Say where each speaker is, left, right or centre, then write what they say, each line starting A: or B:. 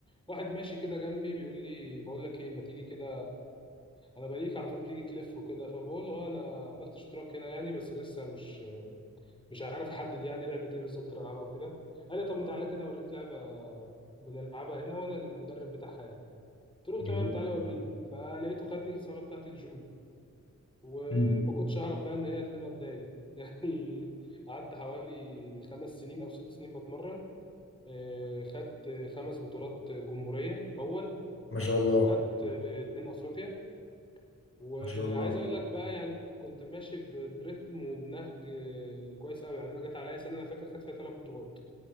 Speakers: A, on the left; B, on the left.
A: واحد ماشي كده جنبي بيقول لي بقول لك إيه ما تيجي كده أنا بليك على طول بتيجي تلف وكده فبقول له أه أنا عملت اشتراك هنا يعني بس لسه مش مش عارف أحدد يعني لعبة إيه بالظبط اللي ألعبها وكده قال لي طب ما تعالى كده أوريك لعبة بنلعبها هنا وأنا المدرب بتاعها يعني قلت له تمام
B: جميل
A: تعالى وريني فلقيته خدني الصالة بتاعة الجودو وما
B: مم.
A: كنتش أعرف بقى إن هي هتبقى بداية <laughs> يعني قعدت حوالي خمس سنين أو ست سنين بتمرن آه، خدت خمس بطولات جمهورية أول
B: ما شاء الله
A: وخدت آه، اتنين أفريقيا وعايز
B: ما شاء الله
A: أقول لك بقى يعني كنت ماشي ب- برتم وبنهج آه، كويس أوي يعني أنا جت عليا سنة أنا فاكر خدت فيها ثلاث بطولات